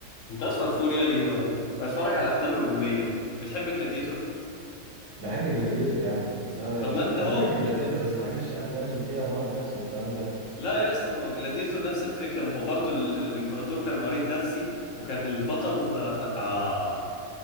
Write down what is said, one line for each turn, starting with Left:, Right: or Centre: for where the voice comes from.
Left: انت ادفع فوريا ليه يا بتفرج على افلام رجوليه بتحب جلاديتور
Right: بحب جلاديتور يا عم بس انا
Left: طب
Right: شفت
Left: ما انت
Right: يعني
Left: اهو
Right: انا بحب جلاديتور بس ما بحبش الافلام اللي فيها مرض نفسي والكلام ده
Left: لا يا اسطى ما هو جلاديتور نفس الفكره ما هو برضو ال... الامبراطور كان مريض نفسي وكان البطل اه